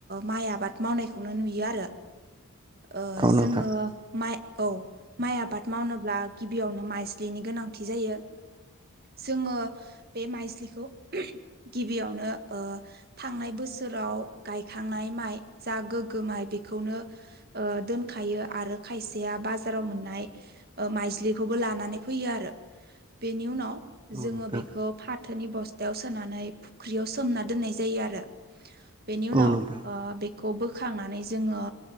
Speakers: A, on the right; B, on the right.
A: माइ आबाद मावनायखौनो नुयो आरो ओ
B: औ नोंथां
A: जोङो माइ औ माइ आबाद मावनोब्ला गिबियावनो माइस्लिनि गोनांथि जायो जोङो बे माइज्लिखौ गिबियावनो ओ थांनाय बोसोर बोसोराव गायखांनाय माइ जा गोग माइ बेखौनो ओ दोनखायो आरो खायसेआ बाजाराव मोननाय ओ माइ ज्लिखौबो लानानै फैयो आरो बेनि उनाव
B: औ
A: जोङो
B: नोंथां
A: बेखौ फा- थोनि बस्थायाव सोनानै फुख्रियाव सोमना दोननाय जायो आरो बेनि
B: औ
A: उनाव
B: नोंथां
A: ओ बेखौबो खांनानै जोङो